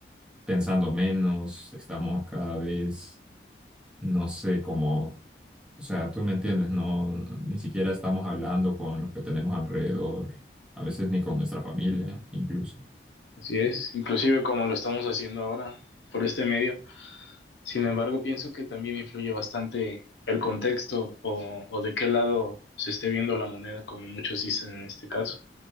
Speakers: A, in the centre; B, on the left.
A: pensando menos, estamos cada vez, no sé, como o sea, tú me entiendes, no, ni siquiera estamos hablando con los que tenemos alrededor, a veces ni con nuestra familia, incluso.
B: Así es, inclusive como lo estamos haciendo ahora por este medio, Sin embargo, pienso que también influye bastante el contexto o, o de qué lado se esté viendo la moneda, como muchos dicen en este caso.